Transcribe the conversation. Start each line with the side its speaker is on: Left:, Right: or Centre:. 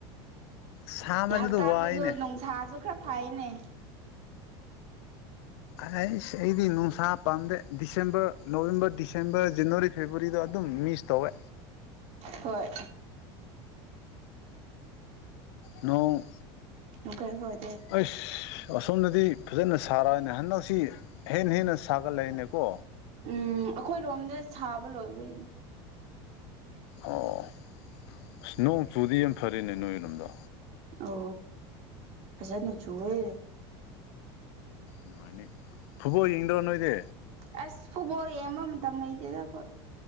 Left: ꯁꯥꯃꯜꯂꯤꯗꯣ
Right: ꯍꯛꯆꯥꯡꯗꯁꯨ
Left: ꯋꯥꯏꯅꯦ
Right: ꯅꯨꯡꯁꯥꯁꯨ ꯈꯔ ꯐꯩꯅꯦ꯫
Left: ꯑꯩꯁ ꯑꯩꯗꯤ ꯅꯨꯡꯁꯥ ꯄꯥꯝꯗꯦ December November December January February. ꯑꯗꯨꯝ ꯃꯤꯁ ꯇꯧꯋꯦ꯫
Right: ꯍꯣꯏ꯫
Left: ꯅꯣꯡ꯫
Right: ꯑꯀꯔ ꯍꯣꯏ꯫
Left: ꯑꯁꯁ꯫ ꯑꯁꯣꯝꯗꯗꯤ ꯐꯖꯅ ꯁꯥꯔꯛꯑꯅꯦ ꯍꯟꯗꯛꯁꯤ ꯍꯦꯟꯅ ꯍꯦꯟꯅ ꯁꯥꯒꯠꯂꯛꯑꯅꯦꯀꯣ꯫
Right: ꯎꯝ ꯑꯩꯈꯣꯏꯔꯣꯝꯗ ꯁꯥꯕ ꯂꯣꯏꯕꯩꯅꯦ꯫
Left: ꯑꯣ ꯑꯁ ꯅꯣꯡ ꯆꯨꯗꯤ ꯌꯥꯝ ꯐꯔꯦꯅꯦ ꯅꯣꯏꯔꯣꯝꯗ꯫
Right: ꯑꯣ ꯐꯖꯥꯅ ꯆꯨꯋꯦ꯫
Left: ꯅꯨꯡꯉꯥꯏꯅꯤ ꯐꯨꯠꯕꯣꯜ ꯌꯦꯡꯗ꯭ꯔꯣ ꯅꯣꯏꯗꯤ꯫
Right: ꯑꯁ ꯐꯨꯠꯕꯣꯜ ꯌꯦꯡꯕ ꯃꯇꯝ ꯂꯩꯇꯦꯗ ꯑꯩꯈꯣꯏ꯫